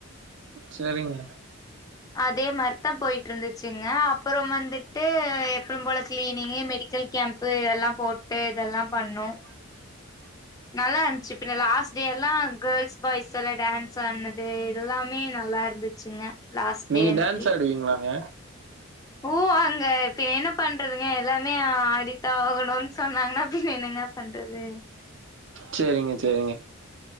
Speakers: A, on the right; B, on the left.
A: சேரிங்க
B: அதே மறித்தா போயிட்டு இருந்துச்சுங்க அப்புறம் வந்துட்டு எப்பவு போல கிளீனிங் மெடிக்கல் கேம்ப்பு இதெல்லா போட்டு இதெல்லா பண்ணோ
A: இதான் பண்ண <unintelligible>
B: நல்லா இருந்துச்சு பின் லாஸ்ட் டே எல்லா கேர்ள்ஸ் பாய்ஸ் எல்லா டான்ஸ் ஆடுனது எல்லாமே நல்லா இருந்துச்சுங்க லாஸ்ட்
A: நீங்க
B: டே அன்னைக்கி
A: டேன்ஸ் ஆடுவீங்களாங்க
B: ஓ அங்க இப்பின் என்ன பண்றதுங்க எல்லாமே ஆடித்தா ஆகணுன்னு சொன்னாங்கன்னா பின்ன என்னங்க பண்றது
A: சேரிங்க சேரிங்க